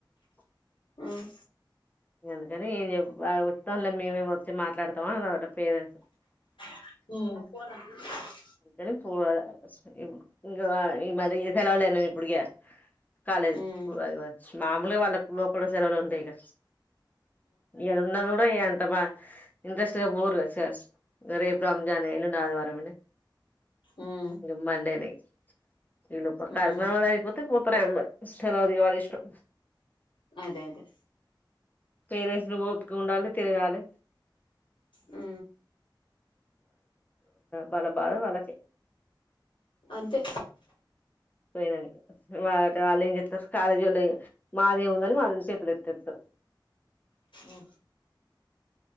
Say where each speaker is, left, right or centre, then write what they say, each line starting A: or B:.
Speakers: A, on the left (about 20°); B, on the left (about 80°).
A: <unintelligible>
B: ఉమ్
A: ఇంకా అందుకని ఏంచెప్ బాధపడి వత్తం లె మేమే వచ్చి మాట్లాడతాం అన్నారంట పేరెంట్స్
B: హ్మ్
A: ఎల్లున్ పోవాలి అస్ప హిం ఇంకా ఈ మారి సెలవలేన ఎప్పుడికే కాలేద్
B: ఉమ్
A: మామూలుగా వాళ్లకు లోకలు సెలవులు ఉంటాయి గ ఎదున్న ఉన్నా కూడా ఎంత బ ఇంట్రెస్టగ పోరు గ సార్ రేపు రమజాన్ ఎల్లుండి ఆదివారం
B: ఉమ్
A: ఇంకా మండే నీ ఇ కారకునా
B: ఉమ్
A: వాళ్ళ అయిపోతే పో ప్పదు వాళ్ళ ఇష్టం
B: అదే అదే
A: పేరెంట్స్ ను ఓపిక ఉండాలి తిరగాలి
B: ఆ
A: వాళ్ళ బాధ వాళ్ళ కీ
B: అంతే
A: పోయినండి వాళ్ వాళ్ళు ఏం చెతారు కాలేజీ వాళ్ళ మాదేమి ఉందని వాళ్ళ చేతులు ఎత్తేస్తారు
B: అ